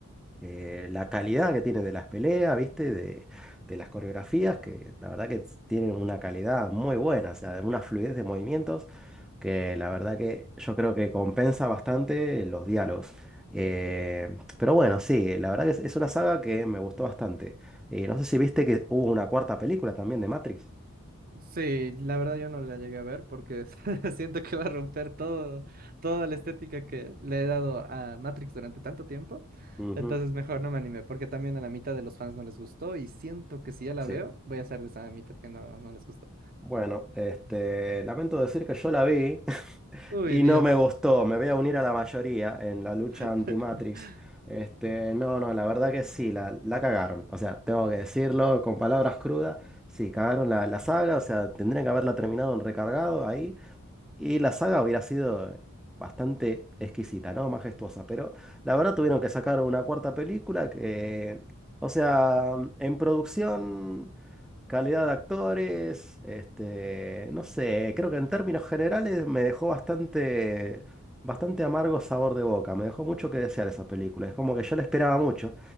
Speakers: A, in the centre; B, on the right.
A: eh, la calidad que tiene de las peleas, ¿viste? De, de las coreografías, que la verdad que tienen una calidad muy buena, o sea, una fluidez de movimientos que la verdad que yo creo que compensa bastante los diálogos. Eh, pero bueno, sí, la verdad que es, es una saga que me gustó bastante. Eh, no sé si viste que hubo una cuarta película también de Matrix.
B: Sí, la verdad yo no la llegué a ver porque <laughs> siento que va a romper todo, toda la estética que le he dado a Matrix durante tanto tiempo.
A: Ujú,
B: Entonces mejor no me animé porque también a la mitad de los fans no les gustó y siento que si ya la
A: sí.
B: veo voy a ser de esa mitad que no, no les gustó.
A: Bueno, este, lamento decir que yo la vi,
B: Uy,
A: Y
B: Dios.
A: no me gustó, me voy a unir a la mayoría en la lucha
B: <laughs>
A: anti-Matrix. Este, no, no, la verdad que sí, la, la cagaron. O sea, tengo que decirlo con palabras crudas. Sí, cagaron la, la saga, o sea, tendrían que haberla terminado en recargado ahí. Y la saga hubiera sido bastante exquisita, ¿no? Majestuosa. Pero la verdad tuvieron que sacar una cuarta película que, o sea, en producción. Calidad de actores, este, no sé, creo que en términos generales me dejó bastante, bastante amargo sabor de boca, me dejó mucho que desear esa película, es como que yo la esperaba mucho,